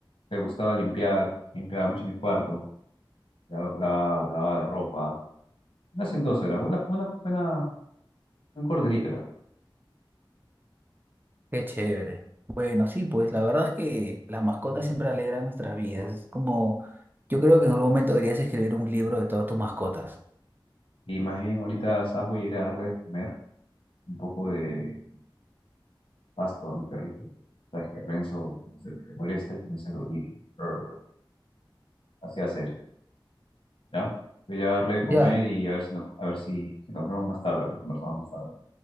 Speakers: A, on the left; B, on the right.
A: Le gustaba limpiar, limpiaba mucho mi cuarto. la- lavaba, lavaba la ropa. Unas en dos horas, buena, buena, buena, buen corderito era.
B: Qué chévere. Bueno, sí, pues la verdad es que las mascotas siempre alegran nuestras vidas. Es como, yo creo que en algún momento deberías escribir un libro de todas tus mascotas.
A: Y más bien ahorita, ¿sabes? Voy a ir a darle de comer un poco de pasto a mi perrito. que Sabes que Renzo se, se molesta y comienza a gruñir. Brr. Así hace él, ¿ya? Voy a ir a darle de comer
B: Ya,
A: y a ver si nos, a ver si, si nos vemos más tarde, pues conversamos más tarde.